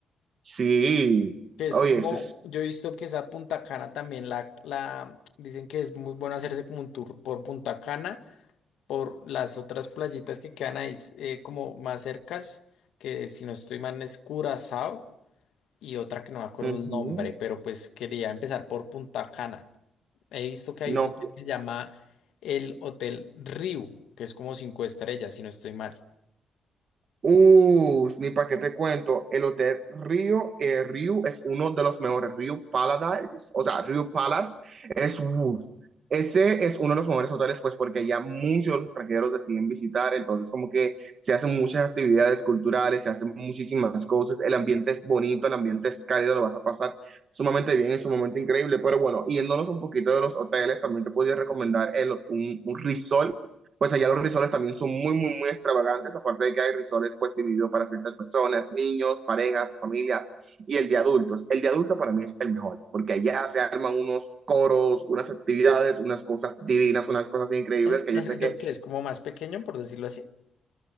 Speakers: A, on the right; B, on the left.
A: Sí,
B: Que es
A: oye,
B: como,
A: eso es
B: yo he visto que esa Punta Cana también la, la, dicen que es muy bueno hacerse como un tour por Punta Cana por las otras playitas que quedan ahí eh, como más cercas, que si no estoy mal es Curazao y otra que no me acuerdo
A: Ujú.
B: el nombre, pero pues quería empezar por Punta Cana. He visto que
A: No,
B: hay un hotel que se llama el Hotel Riu, que es como cinco estrellas, si no estoy mal.
A: uh, ni para qué te cuento, el hotel Río, eh, Río es uno de los mejores, Río Paradise, o sea, Río Palace es, uh, ese es uno de los mejores hoteles, pues porque ya muchos de los extranjeros deciden visitar, entonces como que se hacen muchas actividades culturales, se hacen muchísimas cosas, el ambiente es bonito, el ambiente es cálido, lo vas a pasar sumamente bien, es sumamente increíble, pero bueno, yéndonos un poquito de los hoteles, también te podría recomendar el, un, un resort pues allá los risoles también son muy, muy, muy extravagantes, aparte de que hay risoles pues divididos para ciertas personas, niños, parejas, familias y el de adultos. El de adultos para mí es el mejor, porque allá se arman unos coros, unas actividades, unas cosas divinas, unas cosas increíbles
B: El,
A: que
B: el
A: yo sé
B: resort
A: que
B: que es como más pequeño, por decirlo así.